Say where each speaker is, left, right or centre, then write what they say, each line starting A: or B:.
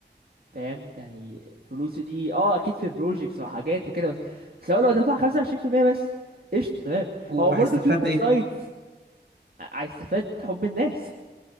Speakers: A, on the right; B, on the right.
A: فاهم يعني فلوسه دي اه اكيد في بروجيكتس وحاجات وكده بس بس هو لو دفع 25% بس قشطه تمام
B: و-
A: هو
B: وهيستفاد
A: برضه في ويب
B: ايه
A: سايتس هيستفاد حب الناس